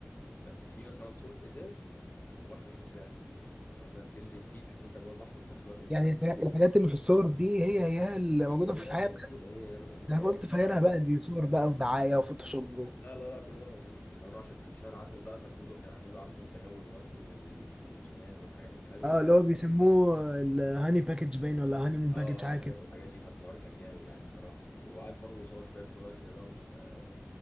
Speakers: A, on the left; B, on the right.
A: بس في مثلا سور ازاز جواه حمام سباحة انت مثلا تنزل فيه تحس انت جوه البحر وفي نفس الوقت انت
B: يعني
A: في
B: الحاجات الحاجات اللي في الصور دي هي هي اللي
A: هي
B: موجوده
A: هي
B: في الحياه
A: اللي موجودة هي هي اللي موجودة
B: انا قلت
A: وأجواء
B: فاكرها
A: بقى
B: بقى دي صور بقى ودعايه وفوتوشوب و-
A: لا لا لا كل ده موجود وكمان عشان كان شهر عسل بقى فالفندق كان عامل له عارف انت جو الورد وال- والرسومات والحاجات الحلوة
B: اه
A: دي
B: اللي هو بيسموه الهاني باكج باين ولا هاني مون
A: اه
B: باكج حاجه
A: اه، حاجه
B: كده
A: من الحاجات دي فالحوار كان جامد يعني بصراحه وقعد برضه يصور شويه فواكه برضه انت